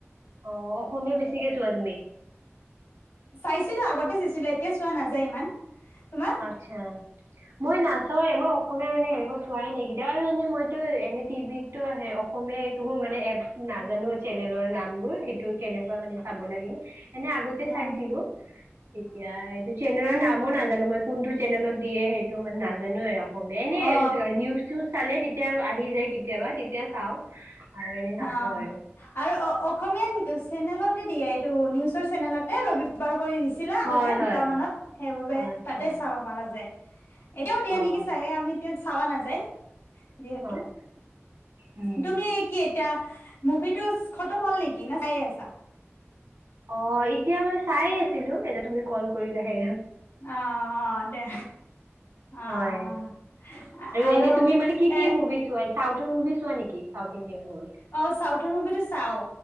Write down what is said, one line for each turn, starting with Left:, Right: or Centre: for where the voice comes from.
Right: অ অসমীয়া বেছিকে চোৱা তুমি?
Left: পাইছিলো আগতে চাইছিলো এতিয়া চোৱা নাযায় ইমান। তোমাৰ
Right: আত্ছা মই নাচাওঁৱে মই। অসমীয়া মানে এনেুৱা চোৱাই নাইকিতি আৰু এনেই মইতো এনেই টিভিততো স অসমীয়া এইটো মানে এপ নাজানো চেনেলৰ নামবোৰ সেইটো মান চ ল এ আগতে
Left: অ
Right: চাইছিলো তেতিয়া ন মই নাজানো মই কোনটো? চেনেলত দিয়ে সেইটো মানে নাজ জানো এ ৰক মনে
Left: অ
Right: নিউজ চালে তেতিয়া আহি যায় কেতিয়াবা এতিয়া চাওঁ আৰু এনেই নাচওঁ
Left: অ
Right: আৰু
Left: আৰু অসমীয়া চেনেলতে দিয়া এইটো নিউজৰ চেনেলতে ৰ কৰি আছিলে আগতে
Right: হয়
Left: দুট
Right: হয়
Left: মানত সেইবাবে
Right: আচ্ছা
Left: তাতে চাব পৰাাৰ যায় এতিয়াও দিয়া
Right: অ
Left: নেকি চাগে আমি তে খাবা নাযায় যিহেতু
Right: হয় উম
Left: তুমি কি এতিয়া এতিয়া মুভিটো খতম হ'ল নেকি? না চাই আছা।
Right: অ এতিয়া চাই আছিলো এতিয়া তুমি কল কৰিলাহে
Left: আহ অ দে আহ
Right: হয়
Left: আৰু
Right: এনে তুমি মানে কি কি
Left: এ
Right: মুভি চোৱা চাউথৰ মুভি চোৱা নেকি? চাউথ ইণ্ডিয়ান মুভি
Left: অ চাউথৰ মুভিটো চাও